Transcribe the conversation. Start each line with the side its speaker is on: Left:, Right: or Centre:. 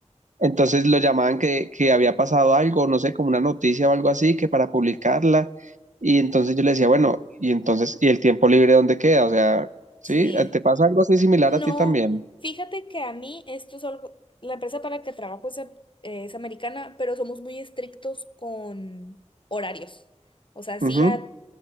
Right: entonces lo llamaban que, que había pasado algo, no sé, como una noticia o algo así, que para publicarla. Y entonces yo le decía, bueno, y entonces, ¿y el tiempo libre dónde queda? O sea, ¿sí?
Left: Sí.
Right: Eh, ¿Te pasa algo así similar
Left: No,
Right: a ti también?
Left: fíjate que a mí esto es algo, la empresa para la que trabajo es, a- eh, es americana, pero somos muy estrictos con horarios. O sea, sí,
Right: Ujú,
Left: a-